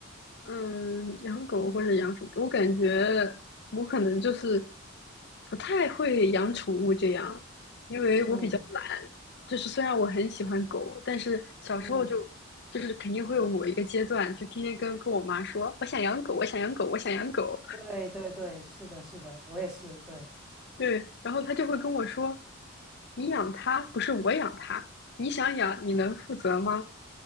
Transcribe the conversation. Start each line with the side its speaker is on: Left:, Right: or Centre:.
Left: 嗯，养狗或者养鼠，我感觉我可能就是不太会养宠物这样，因为我比较懒。
Centre: 嗯
Left: 就是虽然我很喜欢狗，但是小时候就
Centre: 嗯，
Left: 就是肯定会有某一个阶段，就天天跟跟我妈说，我想养狗，我想养狗，我想养狗。
Centre: 对对对，是的，是的，我也是，对，
Left: 对，然后他就会跟我说：“你养它不是我养它，你想养你能负责吗？